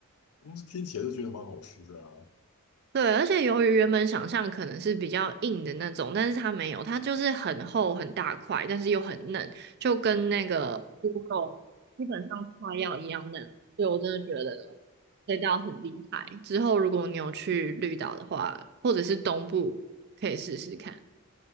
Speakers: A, on the left; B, on the right.
A: 嗯，听起来就觉得蛮好吃的啊。
B: 对，而且由于原本想象可能是比较硬的那种，但是它没有，它就是很厚很大块，但是又很嫩，就跟那个猪肉基本上快要一样嫩。所以我真的觉得这道很厉害。之后如果你有去绿岛的话，或者是东部，可以试试看。